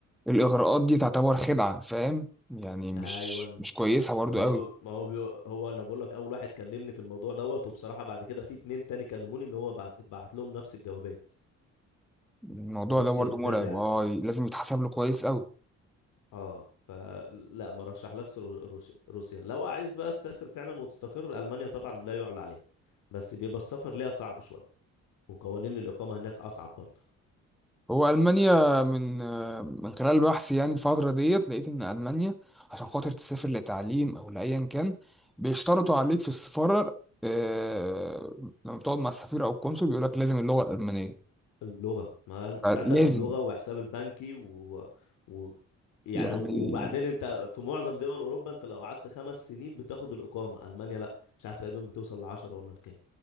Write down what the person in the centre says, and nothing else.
الاغراءات دي تعتبر خدعه فاهم يعني مش
مش كويسه برضو
قوي
الموضوع
ده برضه
مرعب
اه لازم يتحسب له كويس قوي
هو المانيا من آه، من خلال بحثي يعني الفتره ديت لقيت ان المانيا عشان خاطر تسافر لتعليم او لايا كان بيشترطوا عليك في السفاره آه، لما بتقعد مع السفير او القنصل بيقول لك لازم اللغه الالمانيه
لازم
يعني